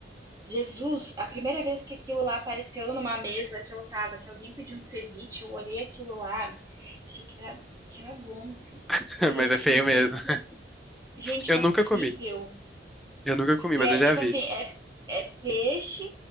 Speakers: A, on the right (about 20°); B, in the centre.
A: Jesus, a primeira vez que aquilo lá apareceu numa mesa que eu tava, que alguém pediu um ceviche, eu olhei aquilo lá, achei que era, que era vômito.
B: <laughs>
A: Eu olhei
B: mas
A: assim,
B: é feio mesmo.
A: gente, gente,
B: Eu
A: não
B: nunca
A: é possível.
B: comi, eu nunca comi,
A: E
B: mas
A: é
B: eu já
A: tipo
B: vi.
A: assim, é, é peixe,